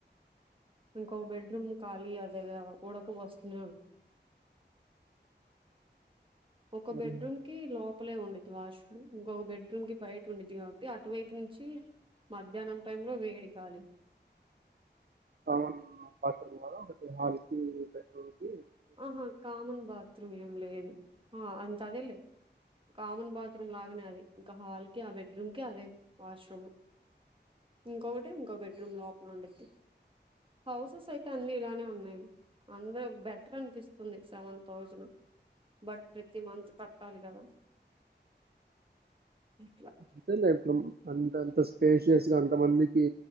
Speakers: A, on the right (about 30°); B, on the right (about 60°).
A: ఇంకో బెడ్రూమ్ ఖాళీ అదే ఉడక పోస్తునే ఉం ఒక
B: మరి
A: బెడ్రూమ్ కి లోప్ పలే ఉండిద్ది వాష్రూమ్, ఇంకొక బెడ్రూమ్ కి బయట ఉండుద్ది కాబట్టి అటువైపు నుంచి మద్ ధ్యాహ్నం టైమ్ లో వేడి గాలి.
B: సామన్ పటలు పోలో ఒకటి హల్కి బెడ్ రూమ్ కి
A: ఆహా కామన్ బాత్రూమ్ ఏం లేదు, ఆ ఇంకా అదే లే కామన్ బాత్రూమ్ లాగనే అది, ఇంకా హాల్ కి ఆ బెడ్రూమ్ కి అదే వాష్రూము ఇంకొకటి ఇంకో బెడ్రూమ్ లోపల ఉండిద్ది, హౌసెస్ అయితే అన్ని ఇలానే ఉన్నవి అందరు బెటర్ అనిపిస్తుంది సెవెన్ థౌజను బట్ ప్రతి మంత్ కట్టాలి కదా అట్లా
B: అంతేలే ఇప్పుడు అంతంత స్పేషియస్ గా అన్ కొంత మందికి